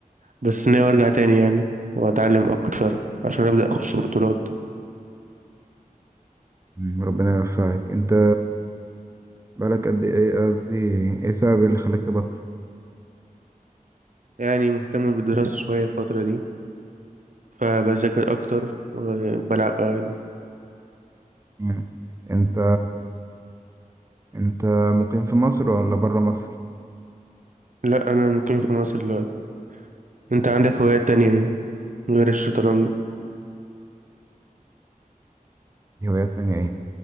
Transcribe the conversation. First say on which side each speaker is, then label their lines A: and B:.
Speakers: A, on the right; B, on the right.
A: بس ناوي ارجع تاني يعني واتعلم اكتر عشان ابدا اخش بطولات
B: مم، ربنا يوفقك انت بقالك قد ايه قصدي ايه السبب اللي خلاك تبطل
A: يعني مهتم بالدراسة شوية الفترة دي فبذاكر اكتر وبلعب اقل
B: مم. انت انت مقيم في مصر ولا بره مصر
A: لا انا مقيم في مصر دلوقتي انت عندك هوايات تانية ايه غير الشطرنج
B: دي هوايات تانية ايه